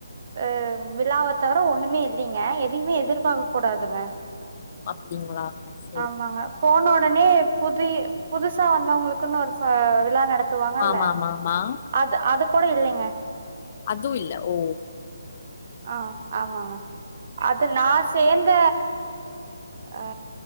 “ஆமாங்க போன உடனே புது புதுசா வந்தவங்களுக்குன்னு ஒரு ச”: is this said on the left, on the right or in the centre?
Right